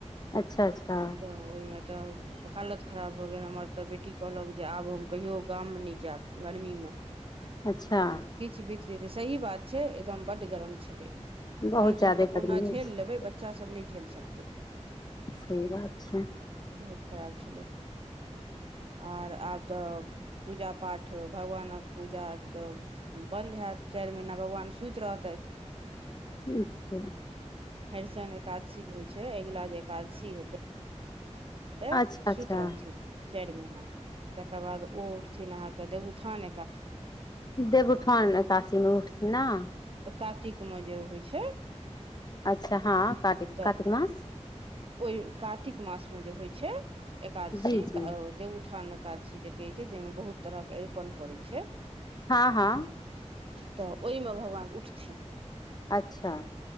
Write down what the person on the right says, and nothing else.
तऽ ओहिमे तऽ हालत खराब भऽ गेल हमर तऽ बेटी कहलक जे आब हम कहियओ गाममे नहि जायब गर्मीमे
किछु बीत सही बात छै एकदम बड्ड गरम छलै
हमसभ
तऽ कहुना
झेल लेबै बच्चासभ नहि झेल सकतै
बहुत खराब छलै आर आब तऽ पूजा पाठ भगवानक पूजा तऽ बन्द हत चारि महीना भगवान सुति रहते
हरिशन एकादशी जे होइ छै अगिला जे एकादशी हेतै त
सुति रहथिन चारि महिीना तकर बाद ओ उठथिन अहाँके देवउथान
कातिकमे जे होइ छै
तऽ
ओहि कातिक मासमे जे होइ छै एकादशी
देवउठान एकादशी जे कहै छै जाहिमे बहुत तरह के अरिपन पड़ै छै
तऽ ओहिमे भगवान उठथिन